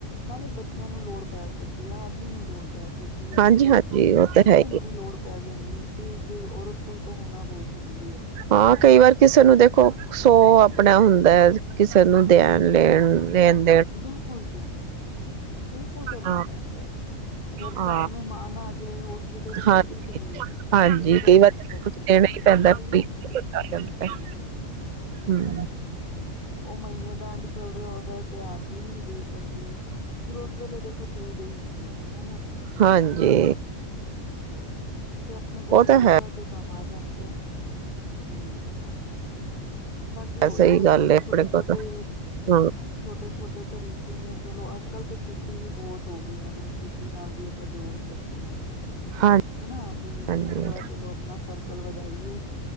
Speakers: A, on the left; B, on the right.
A: ਨਾਲੇ ਬੱਚਿਆਂ ਨੂੰ ਲੋੜ ਪੈ ਸਕ ਆਦਮੀ ਨੂੰ ਲੋੜ ਪੈ ਸਕਦੀ ਐ,
B: ਹਾਂਜੀ-ਹਾਂਜੀ ਉਹ
A: ਤੇ
B: ਤਾਂ
A: ਕਿਸੇ
B: ਹੈ ਹੀ।
A: ਨੂੰ
B: ਹੈ।
A: ਵੀ ਲੋੜ ਪੈ ਜਾਂਦੀ ਐ ਤੇ, ਇੱਕ ਔਰਤ ਕੋਲ ਤੋ ਹੋਨਾ ਬੋਤ ਜ਼ਰੂਰੀ ਹੈਗਾ।
B: ਆਂ ਕਈ ਵਾਰ ਕਿਸੇ ਨੂੰ ਦੇਖੋ। ਸੋ ਆਪਨਾ ਹੁੰਦਾ ਐਜ ਕਿਸੇ ਨੂੰ ਦੇਨ-ਲੇਨ-ਲੇਨ
A: ਬਿਲਕੁਲ ਜੀ, ਬਿਲਕੁਲ ਕਰਨਾ
B: ਹਾਂ
A: ਪੈਂਦਾ ਐ। ਘਰ
B: ਹਾਂ
A: ਚਾਰ ਮਹਿਮਾਨ ਆਜੇ ਏ, ਉਸ ਵੇਲੇ ਬੰਦਾ
B: ਹਾਂ
A: ਕੀ ਕਰੀਏ?
B: ਹਾਂਜੀ,
A: ਕਿਹਦੇ ਕੋਲ
B: ਕਈ
A: ਮੰਗ
B: ਵਾਰ ਕੁ
A: ਸਕਦਾ
B: ਕੁਝ
A: ਹੈ,
B: ਦੇਣਾ ਈ ਪੈਂਦਾ
A: ਇਹੀ ਹੁੰਦਾ ਨਾ
B: ਏ <unintelligible>
A: ਹੂੰ
B: ਹੂੰ।
A: ਓ, ਮਈਨੇ ਦਾ ਐਂਡ ਚੱਲ ਰਿਆ ਹੁੰਦਾ ਏ ਤੇ ਆਦਮੀ ਵੀ ਨੀਂ ਦੇ ਸਕਦੇ। ਫਿਰ ਉਸ ਵੇਲੇ ਦੇਖੋ, ਚਾਈਦੇ ਈ ਹੁੰਦੇ ਆ ਹੈਨਾ।
B: ਹਾਂਜੀ।
A: ਤੇ ਆਪਨੇ ਕੋਲ
B: ਉਹ ਤਾਂ
A: ਹੋਉਗਾ
B: ਹੈ
A: ਤੇ ਕੰਮ ਆ ਜਾਂਦਾ ਐ, ਹੂੰ ਬਾਕੀ ਓ
B: ਸਹੀ
A: ਈ ਐ
B: ਗੱਲ
A: ਕਿ
B: ਹੈ
A: ਛੋਟੇ-
B: ਆਪਣੇ
A: ਛੋਟੇ
B: ਕੋਲ ਤਾਂ ਹਾਂ
A: ਛੋਟੇ- ਛੋਟੇ ਤਰੀਕੇ ਨੇ ਚਲੋ ਅੱਜ ਕੱਲ੍ਹ ਤੇ, ਕੀ ਕਿੱਟੀ ਵੀ ਬੋਤ ਹੋ ਗੀਆਂ ਨੇ, ਕਿੱਟੀ ਨਾਲ ਵੀ ਆਪਾਂ ਜੋੜ ਸਕਦੇ ਆਂ।
B: ਹਾਂ
A: ਹੈਨਾ ਬਈ,
B: ਹਾਂਜੀ
A: ਥੋੜਾ ਚਲੋ ਆਪਨਾ ਸਰਕ ਅਕਲ ਵਦਾਈਏ,